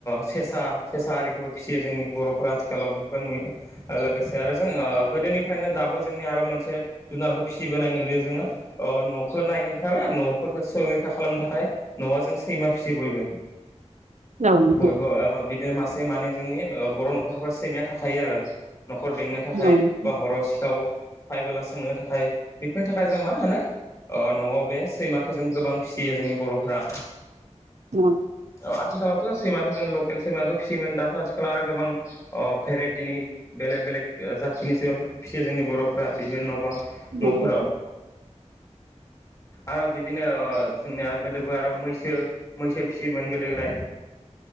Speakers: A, on the left; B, on the right.
A: सेस सा सेसा आरिखौबो फिसियो जोंनि बर'फोरा आथिखालाव बेफोरफोरखौ नुयो लोगोसे आरो जों ओ गोदोनिफ्रायनो दाबो जोंनि आरो मोनसे जुनारखौ फिसिबोनाय नुयो जोङो ओ न'खौ नायनो थाबाय न'फोरखौ सो रैखा खालामनो थाखाय न'आव जों सैमा फिसि सि बयबो
B: नोंथां
A: बयबो ओ बिदिनो मास से माने जोंनि बर' न'खरफ्रा सैमाया थाखायो आरो न'खर बेंनो थाखाय
B: औ नोंथां
A: बा हराव सिखाव फाइबोला सोंनो थाखाय बेफोरनि थाखाय जों मा होनो ओ न'आव बे सैमाखौ जों गोबां फिसियो जोंनि बर'फ्रा
B: औ
A: औ आथिखालावथ' सैमाखौ जों लकेल सैमाखो‌ फिसियोमोन दाथ' आथिखालाव आरो गोबां भेराइटिनि बेलेग बेलेग जाथिनि फिसियो जोंनि बर'फ्रा बिदिनो न' बां गोबां
B: नोंथां
A: न'फोराव आर' बिदिनो ओ जोंनिया गोदोबो आर' मैसो मैसो फिसियोमोन गोदो गोदाय।